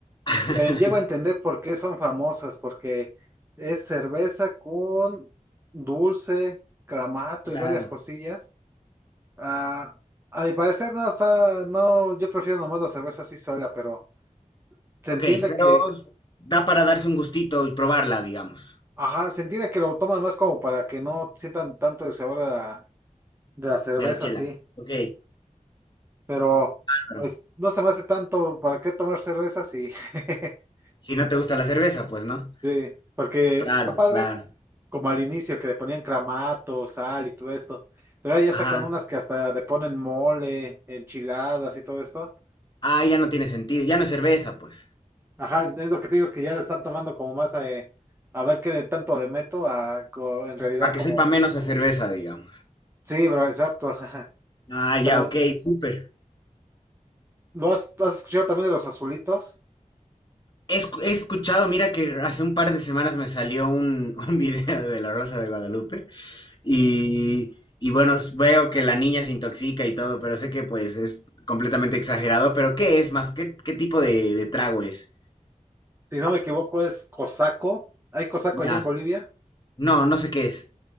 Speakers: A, on the left; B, on the right.
A: <laughs>
B: eh, llego a entender por qué son famosas, porque es cerveza con dulce, cramato
A: Claro.
B: y varias cosillas. Ah, a mi parecer no, o sea, no, yo prefiero nomás la cerveza así sola, pero se entiende
A: Ok, pero
B: que,
A: da para darse un gustito y probarla, digamos,
B: ajá, se entiende que lo toman más como para que no sientan tanto el sabor de la, de la cerveza
A: de la chela.
B: así,
A: Ok,
B: pero
A: claro.
B: pues no se me hace tanto para qué tomar cerveza así. <laughs>
A: Si no te gusta la cerveza, pues no.
B: Sí, porque
A: Claro,
B: está padre
A: claro.
B: como al inicio que le ponían cramato, sal y todo esto. Pero ahora ya
A: Ajá.
B: sacan unas que hasta le ponen mole, enchiladas y todo esto.
A: Ah, ya no tiene sentido. Ya no es cerveza, pues.
B: Ajá, es lo que te digo que ya le están tomando como más a, a ver qué de tanto le meto a co- en realidad
A: para
B: como
A: que sepa menos a cerveza, digamos.
B: sí, bro, exacto. <laughs>
A: Ah, ya,
B: Pero
A: ok, súper.
B: ¿lo has, has escuchado también de los azulitos?
A: He, escu- he escuchado, mira que hace un par de semanas me salió un, <laughs> un video de La Rosa de Guadalupe y, y bueno, s- veo que la niña se intoxica y todo, pero sé que pues es completamente exagerado, pero ¿qué es más? ¿Qué, qué tipo de, de trago es?
B: Si no me equivoco es cosaco. Hay cosaco
A: Ya,
B: allá en Bolivia.
A: no, no sé qué es.